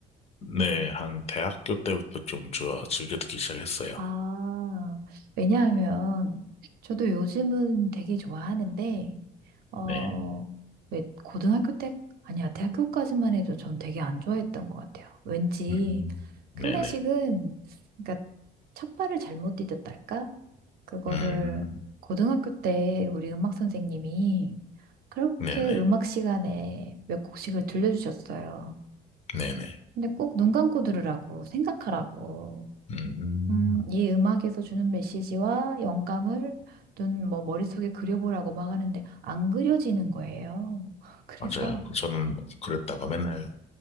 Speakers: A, on the left; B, on the right.
A: 네, 한 대학교 때부터 좀 좋아 즐겨 듣기 시작했어요.
B: 아, 왜냐하면 저도 요즘은 되게 좋아하는데, 어,
A: 네.
B: 왜 고등학교 때, 아니야, 대학교까지만 해도 전 되게 안 좋아했던 것 같아요. 왠지
A: 음, 네네.
B: 클래식은, 그러니까 첫 발을 잘못 디뎠달까? 그거를
A: 음,
B: 고등학교 때 우리 음악 선생님이 그렇게
A: 네네.
B: 음악 시간에 몇 곡씩을 들려주셨어요.
A: 네네.
B: 근데 꼭 눈 감고 들으라고, 생각하라고.
A: 음,
B: 음, 이 음악에서 주는 메시지와 영감을 눈, 뭐, 머릿속에 그려보라고 막 하는데 안 그려지는 거예요. <laughs> 그래서,
A: 맞아요. 저는 그랬다가 맨날